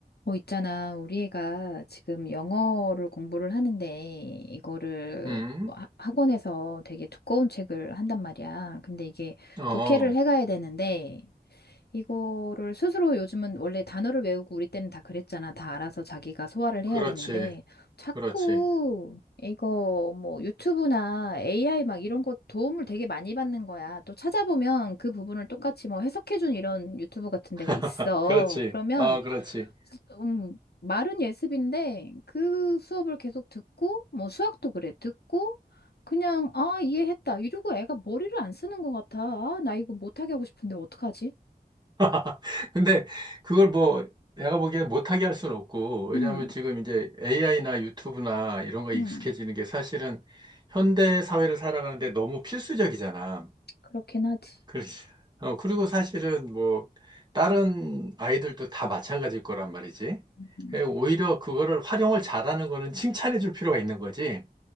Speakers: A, on the left (about 75°); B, on the right (about 25°).
A: 어, 있잖아. 우리 애가 지금 영어를 공부를 하는데, 이거를
B: 음,
A: 뭐 하- 학원에서 되게 두꺼운 책을 한단 말이야. 근데 이게
B: 어,
A: 독해를 해가야 되는데, 이거를 스스로 요즘은 원래 단어를 외우고 우리 때는 다 그랬잖아. 다 알아서 자기가 소화를 해야
B: 그렇지.
A: 되는데 자꾸
B: 그렇지.
A: 이거 뭐 유튜브나 AI 막 이런 거 도움을 되게 많이 받는 거야. 또 찾아보면 그 부분을 똑같이 뭐 해석해준 이런 유튜브 같은 데가
B: <laughs>
A: 있어.
B: 그렇지.
A: 그러면
B: 어, 그렇지.
A: 음, 말은 예습인데 그 수업을 계속 듣고 뭐 수학도 그래. 듣고 그냥 아 이해했다 이러고 애가 머리를 안 쓰는 것 같아. 아, 나 이거 못하게 하고 싶은데 어떡하지?
B: <laughs> 근데 그걸 뭐 내가 보기에 못하게 할 수는 없고, 왜냐하면
A: 응,
B: 지금 이제 AI나 유튜브나 이런 거 익숙해지는
A: 응.
B: 게 사실은 현대 사회를 살아가는데 너무 필수적이잖아.
A: 그렇긴 하지.
B: 그렇지. 어, 그리고 사실은 뭐 다른 아이들도 다 마찬가지일 거란 말이지.
A: 음,
B: 예, 오히려 그거를 활용을 잘하는 거는 칭찬해 줄 필요가 있는 거지.